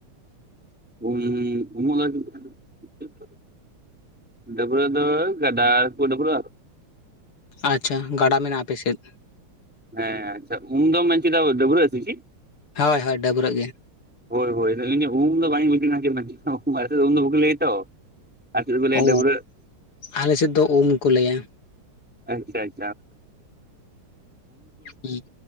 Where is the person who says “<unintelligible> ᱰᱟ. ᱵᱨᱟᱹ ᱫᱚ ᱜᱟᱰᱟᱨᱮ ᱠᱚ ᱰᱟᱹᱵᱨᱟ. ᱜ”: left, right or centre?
Centre